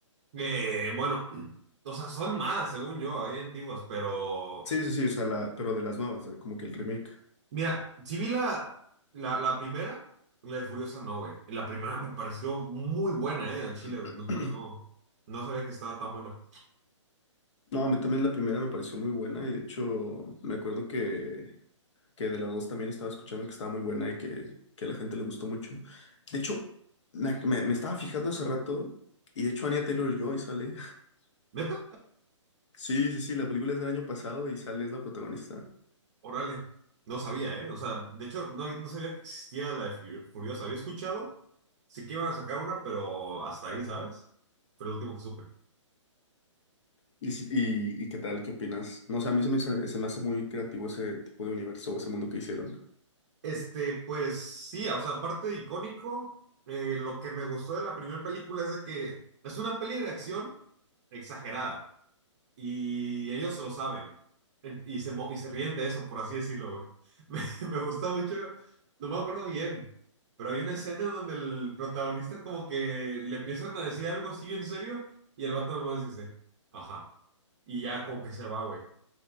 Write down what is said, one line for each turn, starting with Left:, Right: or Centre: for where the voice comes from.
Right: Eh, bueno, <clears throat> o sea, son más, según yo, hay antiguas, pero...
Left: Sí, sí, sí, o sea, la, pero de las nuevas, de- como que el remake.
Right: Mira, si vi la, la, la primera, la de Furiosa no, güey. La primera me pareció muy buena, eh, al Chile,
Left: <clears throat>
Right: güey. No, no, no, no sabía que estaba tan buena.
Left: No, a mí también la primera me pareció muy buena y de hecho me acuerdo que, que de las dos también estaba escuchando que estaba muy buena y que, que a la gente le gustó mucho. De hecho, me, me- me estaba fijando hace rato y de hecho Anya Taylor-Joy sale. <laughs>
Right: ¿Neta?
Left: Sí, sí, sí, la película es del año pasado y sale, es la protagonista.
Right: Órale. No sabía, eh. O sea, de hecho, no, no sabía que existía la de Fu- Furiosa. Había escuchado, sí que iban a sacar una, pero hasta ahí, ¿sabes? Fue lo último que supe.
Left: ¿Y, si- y, y qué tal? ¿Qué opinas? No sé, a mí se me, se, se me hace muy creativo ese tipo de universo, ese mundo que hicieron.
Right: Este, pues sí, o sea, aparte de icónico, eh, lo que me gustó de la primera película es de que es una peli de acción exagerada y ellos lo saben en- y se, mo- y se ríen de eso, por así decirlo, güey. <laughs> Me, me gusta mucho, no me acuerdo bien, pero hay una escena donde el protagonista como que le empiezan a decir algo así bien serio y el vato nomás dice, ajá, y ya como que se va, güey.